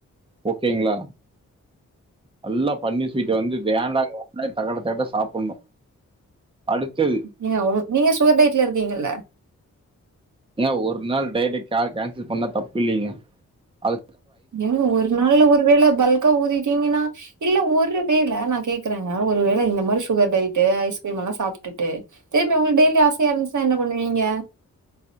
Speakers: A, on the right (about 15°); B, on the right (about 65°).
A: ஓகேங்களா நல்லா பன்னிர் ஸ்வீட்ட வந்து வேண்டா <inaudible> னே தகட தெகட்ட சாப்புன்னு அடுத்தது
B: நீ அவரு நீங்க சுவர் டையட்ல இருக்கீங்கல்ல
A: ஏ ஒரு நாள் டைட்ட கா கேன்சல் பண்ணா தப்பு இல்லேங்க அது
B: ஏங்க ஒரு நாள்ல ஒரு வேள பல்க்கா ஊதிட்டீங்ன்னா இல்ல ஒரு வேள நா கேக்குறேங்க ஒரு வேள இந்த மாரி சுகர் டயட்டு ஐஸ்கிரீம்லா சாப்டுட்டு தேம்பியு உங்கள்க் டெய்லி ஆசையா இருந்துச்சின்னா என்ன பண்ணுவீங்க